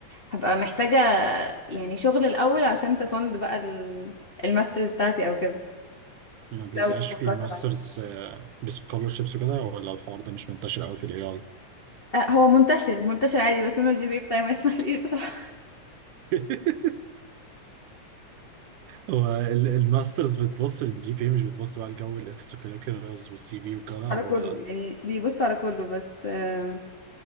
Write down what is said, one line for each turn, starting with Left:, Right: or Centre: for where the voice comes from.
Left: هبقى محتاجة يعني شغل الأول عشان تفند بقى ال- الماسترز بتاعتي أو كده
Right: ما بيبقاش
Left: لو فكرت
Right: فيه ماسترز
Left: بعد كده
Right: بسكولرشيبس وكده ولا الحوار ده مش منتشر قوي في الاي اي
Left: آه هو منتشر منتشر عادي بس أنا الجي بي إيه بتاعي ما يسمحليش <laughs> بصراحة
Right: <laughs> هو ال- الماسترز بتبص للجي بي مش بتبص بقى لجو الاكسترا كريكولرز والسي في وكده هو
Left: يعني بيبصوا على كله بس آه